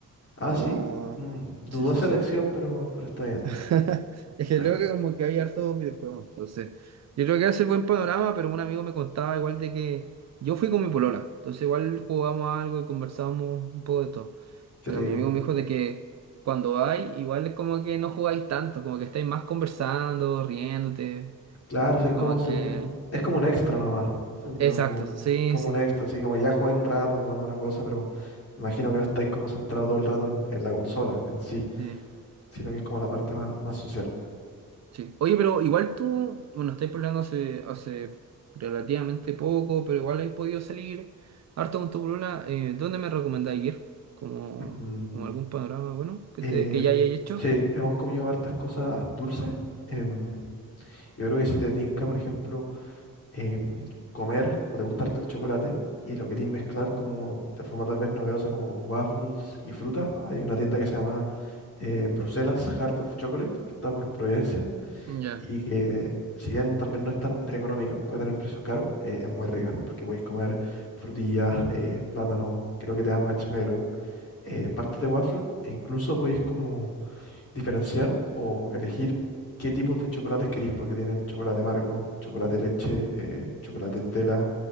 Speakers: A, on the left; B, on the right.
A: Ah,
B: eso
A: sí.
B: vamos
A: Mm,
B: a...
A: dudosa
B: Sí, sí, sí.
A: elección, pero, pero está bien.
B: <laughs> Es
A: Está
B: que creo
A: bien.
B: que como que había hartos videojuegos, entonces yo creo que hace buen panorama, pero un amigo me contaba igual de que yo fui con mi polola, entonces igual jugamos algo y conversamos un poco de todo,
A: Qué
B: pero
A: rico.
B: mi amigo me dijo de que cuando vais igual es como que no jugáis tanto, como que estáis más conversando, riéndote,
A: Claro, sí, es como,
B: como
A: según
B: que...
A: yo, es como un extra nomás. Según
B: Exacto,
A: yo, como,
B: sí,
A: como
B: sí.
A: un extra, así como ya jugáis un rato tomando una cosa, pero imagino que no estáis como centrado todo el rato en, en la consola en sí,
B: sí.
A: sino que es como la parte más, más social.
B: Sí. Oye, pero igual tú, bueno, estáis pololeando hace, hace relativamente poco, pero igual he podido salir harto con tu polola. Eh, ¿dónde me recomendáis ir? Como,
A: Mm,
B: como algún panorama bueno que,
A: Eh,
B: te, que ya hayáis hecho.
A: sí, hemos comido hartas cosas dulces. Em, yo creo que si te tinca, por ejemplo, em, comer o te gusta harto el chocolate y lo querís mezclar como de forma tal vez novedosa, como con waffles y frutas, hay una tienda que se llama eh, Bruselas Heart of Chocolate, que está por Providencia,
B: Ya.
A: y que si bien tal vez no es tan económica, puede tener precios caros, eh, es muy rica, porque podéis comer frutillas, eh, plátano, creo que te dan marshmallow, eh, partes de waffle, e incluso podéis como diferenciar o elegir qué tipos de chocolates queréis, porque tienen chocolate amargo, chocolate leche, eh, chocolate Nutella,